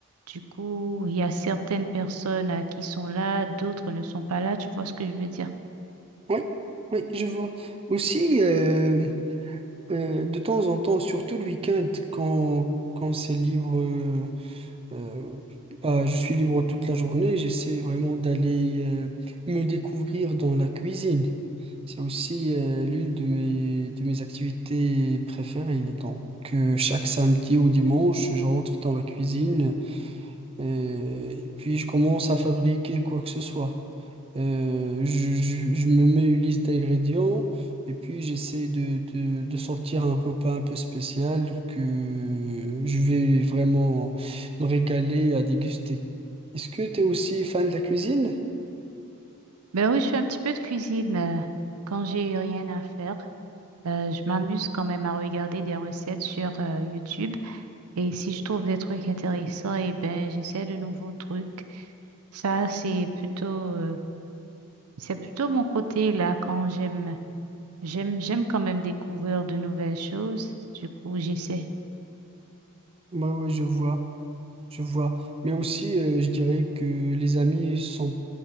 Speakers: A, on the right; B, on the right.
A: Du coup, il y a certaines personnes euh, qui sont là, d'autres ne sont pas là, tu vois ce que je veux dire.
B: Oui, oui, je vois. Aussi, euh, euh, de temps en temps, surtout le week-end, quand, quand c'est libre, euh, euh, bah, je suis libre toute la journée, j'essaie vraiment d'aller euh, me découvrir dans la cuisine. C'est aussi euh, l'une de mes, de mes activités préférées. Donc, euh, chaque samedi ou dimanche, je rentre dans la cuisine euh, et puis je commence à fabriquer quoi que ce soit. Euh, je, je- je me mets une liste d'ingrédients et puis j'essaie de, de, de sortir un repas un peu spécial que je vais vraiment me régaler à déguster. Est-ce que tu es aussi fan de la cuisine?
A: Ben oui, je fais un petit peu de cuisine euh, quand j'ai rien à faire. Euh, je m'amuse quand même à regarder des recettes sur euh, YouTube. Et si je trouve des trucs intéressants, eh ben, j'essaie de nouveaux trucs. Ça, c'est plutôt, euh, c'est plutôt mon côté là quand j'aime. J'aime, j'aime quand même découvrir de nouvelles choses. Du coup, j'essaie.
B: Bah oui, je vois. Je vois. Mais aussi, euh, je dirais que les amis sont